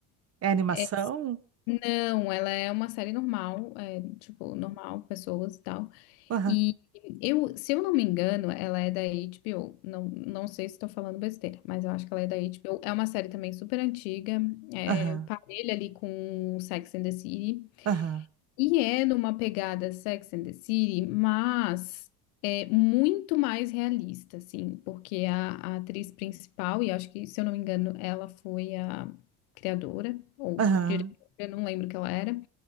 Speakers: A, on the right; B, on the left.
A: É animação?
B: É, não, ela é uma série normal, é, tipo, normal, pessoas e tal.
A: <laughs>
B: E eu, se eu não me engano, ela é da HBO. Não, não sei se estou falando besteira, mas eu acho que ela é da HBO. É uma série também super antiga, é,
A: Aham,
B: parelha ali com Sex and the City.
A: aham,
B: E é numa pegada Sex and the City, mas é muito mais realista, assim, porque a, a atriz principal, e acho que, se eu não me engano, ela foi a criadora ou
A: aham,
B: diretora, eu não lembro o que ela era,